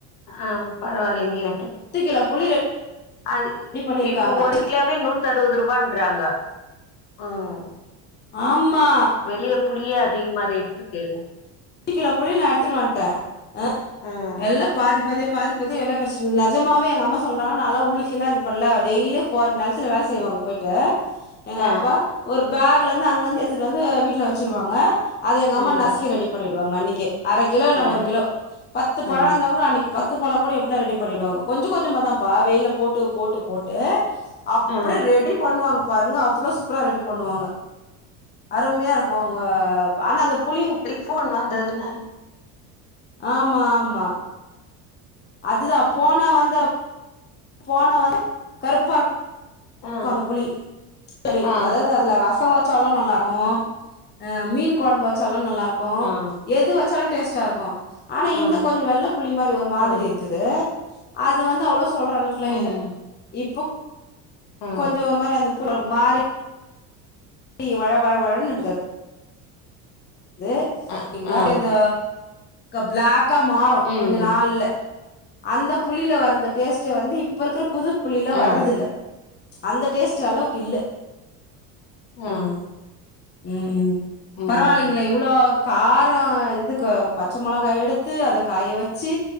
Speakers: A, on the left; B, on the left.
A: ஆ பரவாயில்லைங்களே
B: பத்து கிலோ புளி
A: அது
B: ரெடி பண்ணிருக்காங்க
A: இப்பே ஒரு கிலேவே நூத் த்து அறுபது ரூபாயின்றாங்க ம்
B: ஆம்மா
A: வெளியே புளியே அதிகமா ரேட்டு இருக்கு
B: எட்டு கிலோ புளிய நா எடுத்துட்டு வந்துட்டே ஆ
A: ம்
B: எல்லா பாதிப் மதிய பாதி பாதி எல்லா பிரிச்சு நிஜமாவே எங்க அம்மா சொல்றாங்க நாலா உலிக்கல்லா பண்ணல டெய்லியு போற நிலத்துல வேலை செய்வாங் போயிட்டு எங்க
A: ஆ
B: அப்பா ஒரு பேக்ல இருந்து அங்கிருந்து எடுத்துட்டு வந்து வீட்டுல வச்சிருவாங்க அது எங்க
A: ம்
B: அம்மா நசுக்கி ரெடி பண்ணிடுவாங்க அன்னைக்கு அரை கிலோ இல்ல
A: ஆ
B: ஒரு கிலோ பத்து
A: ஆ
B: பழம் இருந்தா கூட அன்னைக்கு பத்து பழம் கூட எப்டினா ரெடி பண்ணிடுவாங்க கொஞ்ச கொஞ்சமா தா பா வெயில போட்டு போட்டு போட்டு அப்புறே
A: ஆ
B: ரெடி பண்ணு வாங்க பாருங்க அவ்ளவு சூப்பரா ரெடி பண்ணு வாங்க அருமையா இருக்கு உங்க ஆனா அந்த புளி
A: போன் வந்ததுனால்
B: ஆமா ஆமா அது தா போன வந்த போனவே கருப்பா இரு
A: ஆ
B: க்காங்க புளி புளி
A: ஆ
B: அதாவது அதுல ரசோ வை ச்சாலு நல்லாருக்கோ ஆ மீன் குழம்பு வச்சாலோ நல்லாருக் கோ
A: ஆ
B: எது வச்சாலு டேஸ்டா இருக்கும் ஆனா இந்த
A: ஆ
B: கொஞ்சோ வெள்ள புளி மாறி ஒரு மாதிரி
A: ஆ
B: இருக்குது அது வந்து அவ்ளோ சொல்ற அளவுக்கெல்லா
A: ம்
B: இல்ல இப்போ
A: ஆ
B: கொஞ்சோ ஒரு மாறி அந்த புளி மாறி இப்டி வள வள வளன்னு இருக்காது அது
A: அ
B: எங்களா
A: ஆ
B: அந்த ஆ பிளாக்கா மாறும்
A: ம்
B: கொஞ்ச நாள்ல அந்த புளில வரத டேஸ்ட்ட வந்து இப்ப இருக்குற புது புளில வர்றது
A: ஆ
B: இல்ல அந்த டேஸ்ட் அளவுக்கு இல்ல
A: ஆ
B: ம் கு ம் ம்
A: ம்
B: பரவாயில்லங்கள இவ்வளோ காரோ இதுக்கு பச்ச மொளகா எடுத்து அத காய வச்சு